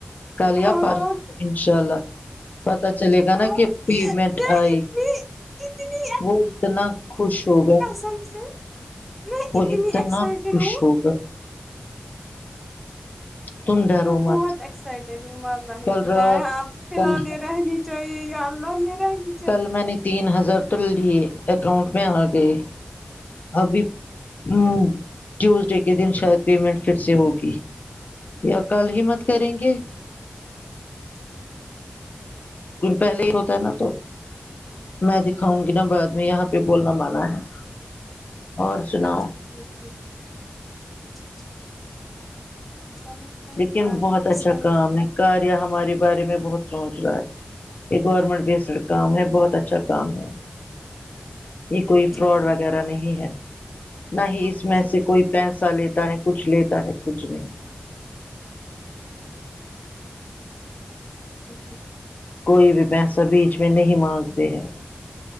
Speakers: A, on the left; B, in the centre.
A: کل یا
B: ہاں
A: پر انشاء اللہ پتا چلے گا
B: اللہ
A: نا کہ پیمنٹ
B: میں
A: آئے
B: اتنی اتنی
A: وہ اتنا خوش ہوگیا
B: سب سے میں
A: وہ
B: اتنی
A: اتنا
B: ایکسائٹیڈ
A: خوش
B: ہوں
A: ہوگا تم ڈرو
B: میں بہت
A: مت
B: ایکسائٹیڈ ہوںلہ
A: کل
B: خدا
A: رات
B: ہے آپ فی الحال
A: کل
B: یہ رہنی چاہے یہ آللہ ہی یہ رہہنی
A: کل میں نے تین ہزار تو لیے اکاؤنٹ میں آ گئے ابھی وں ٹیوزڈے کے دن شاید پیمنٹ پھر سے ہوگی یا کل ہی مت کریں گے
B: اچھا ٹھیک
A: یہ پہلے ہی ہوتا ہے نا تو میں دکھاؤں گی نا بعد میں یہاں پہ بولنا منع ہے اور سناؤ
B: اچھا ٹھیک اچھا ٹھیک ٹھیک اچھا ٹھیک چلو کوئی
A: لیکن
B: بات
A: بہت
B: نہیں
A: اچھا
B: صحیح
A: کام ہے کاریا ہمارے بارے میں بہت سوچ رہا ہے یہ گورنمنٹ بیسڈ کام ہے بہت اچھا کام ہے یہ کوئی فراڈ
B: ٹھیک
A: وغیرہ نہیں ہے نہ ہی
B: اوکے
A: اس میں سے کوئی پیسہ لیتا ہے کچھ لیتا ہے کچھ نہیں
B: ہوں ہوں ہوں
A: کوئی بھی پیسہ بیچ میں نہیں مانگتے ہیں